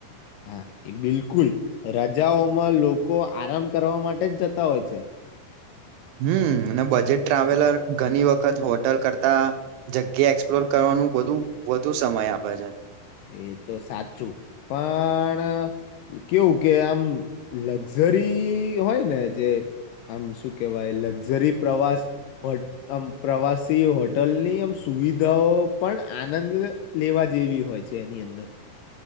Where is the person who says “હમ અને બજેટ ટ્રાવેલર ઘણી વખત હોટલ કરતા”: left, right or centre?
Right